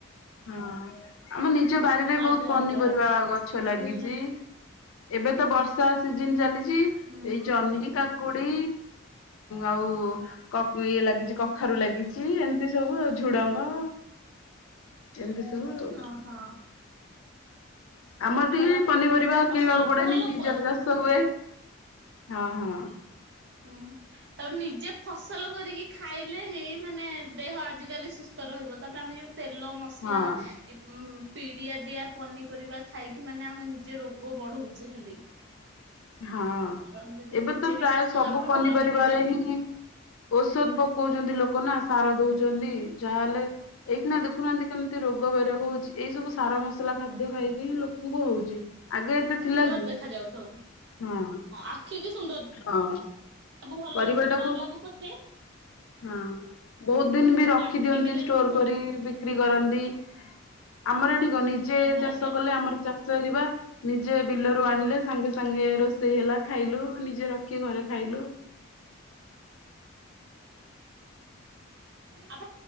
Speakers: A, on the left; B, on the right.
A: ହଁ ଆମ ନିଜ ବାରିରେ ବହୁତ
B: ଆଜ୍ଞା
A: ପନିପରିବା
B: ଆଜ୍ଞା
A: ଗଛ ଲାଗିଚି।
B: ତ ସେଥିପାଇଁ
A: ଏବେ ତ ବର୍ଷା ସିଜିନ୍ ଚାଲିଚି। ଏଇ
B: ହୁଁ ହୁଁ
A: ଜହ୍ନି, କାକୁଡି ଆଉ କ ଇଏ ଲାଗିଚି କଖାରୁ ଲାଗିଚି ଏମିତି ସବୁ ଆଉ ଝୁଡଙ୍ଗ ଏମିତି ସବୁ ଆଉ।
B: ଓହୋ
A: ଆମର ଟିକେ
B: ତାହେଲେ
A: ଏଇ
B: ଆପଣଙ୍କର
A: ପନିପରିବା
B: ବି ଫସଲ
A: କିଣିବାକୁ ପଡେନି
B: ଭଲ
A: ନିଜର
B: ଉଁ
A: ଚାଷ ହୁଏ। ହଁ ହଁ।
B: ହୁଁ ହୁ ତାପରେ ନିଜେ ଫସଲ କରିକି ଖାଇଲେ ହିଁ ମାନେ ଦେହ ଆଜିକାଲି ସୁସ୍ଥ। ରହିବ। ତାପରେ ଆମେ ଯୋଉ ତେଲ ମସଲା
A: ହଁ
B: ଏ ପିଡିଆ ଦିଆ ପନିପରିବା ଖାଇକି ମାନେ ଆମେ ନିଜ ରୋଗ ବଢ଼ଉଛେ ଖାଲି।
A: ହଁ
B: ତ ଆମେ ଯଦି
A: ଏବେ
B: ନିଜେ
A: ତ
B: ବି
A: ପ୍ରାୟ
B: ଚାଷ
A: ସବୁ।
B: ଆପଣ
A: ପନିପରିବାରେ
B: ଭଲ ବି ନିଜେ
A: ହିଁ ଔଷଧ ପକଉଚନ୍ତି ଲୋକ ନା ସାର। ଦଉଛନ୍ତି। ଯାହାହେଲେ ଏଇଖିଣା ଦେଖୁନାହାନ୍ତି କେମିତି ରୋଗ ବୈରାଗ ହଉଛି। ଏଇ ସବୁ ସାର ମସଲା ଖା ଖାଦ୍ୟ ଖାଇକି ହିଁ ଲୋକଙ୍କୁ ହଉଛି। ଆଗେ ଏତେ ଥିଲା
B: ସୁନ୍ଦର
A: କି?
B: ଦେଖା ଯାଉଥାଉ
A: ହଁ
B: ଆଖି କି ସୁନ୍ଦର
A: ହଁ
B: ସବୁ ଭଲ
A: ପରିବାଟାକୁୁ।
B: ଲାଗୁ ନ ଲାଗୁ ପଛେ
A: ହୁଁ ବହୁତ ଦିନ ବି ରଖି
B: ଆଖିକି
A: ଦିଅନ୍ତି
B: ଯେମିତି
A: ଷ୍ଟୋର କରି ବି ବିକ୍ରି କରନ୍ତି। ଆମର ଏଠିକଣ ନିଜେ
B: ଆଜ୍ଞା
A: ଚାଷ
B: ଆଜ୍ଞା
A: କଲେ ଆମରି ଚାଷ। ଚରିବା। ନିଜେ ବିଲରୁ ଆଣିଲେ ସାଙ୍ଗେ ସାଙ୍ଗେ ରୋଷେଇ ହେଲା ଖାଇଲୁ। ନିଜେ ରଖି ଘରେ ଖାଇଲୁ।
B: ଆପ।